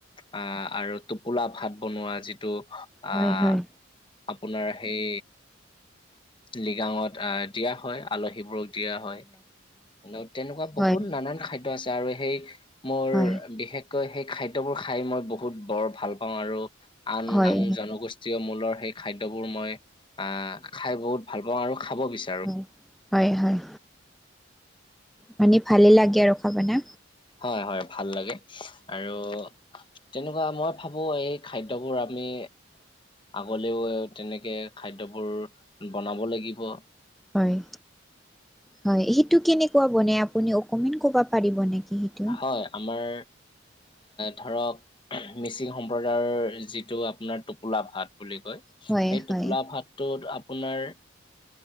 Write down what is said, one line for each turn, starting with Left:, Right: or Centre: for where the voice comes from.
Left: আহ, আৰু তোপ পোলা ভাত বনোৱা যিটো,
Centre: হয়
Left: আহ
Centre: হয়
Left: আপোনাৰ সেই লিগাঙত আহ দিয়া হয় আলহীবোৰক দিয়া হয়, এনও তেনেকুৱা
Centre: হয় হয়
Left: বহুত নানান খাদ্য আছে আৰু সেই মোৰ
Centre: হয়
Left: বিশেষকৈ সেই খাদ্যবোৰ খাই মই বহুত বৰ ভাল পাওঁ আৰু আন
Centre: হয়
Left: আন
Centre: হয়
Left: জনগোষ্ঠীয় মূলৰ সেই খাদ্যবোৰ মই আহ খাই বহুত ভাল পাওঁ আৰু খাব বিচ
Centre: হয় হয় হয়, মানে ভালেই লাগে আৰু খাবনা।
Left: হয় হয় ভাল লাগে আৰু তেনেকুৱা মই ভাবো এই খাদ্যবোৰ আমি আগলেও তেনেকে খাদ্যবোৰ বনাব লাগিব।
Centre: হয় হয় সেইটো কেনেকুৱা বনে আপুনি অকমান ক'ব পাৰিব নেকি? সেইটো
Left: হয় আমাৰ ধৰক মিচিং সম্প্ৰদায়ৰ যিটো আপোনাৰ টোপোলা ভাত বুলি কয়।
Centre: হয়
Left: সেই
Centre: হয়
Left: টোপোলা ভাতটোত আপোনাৰ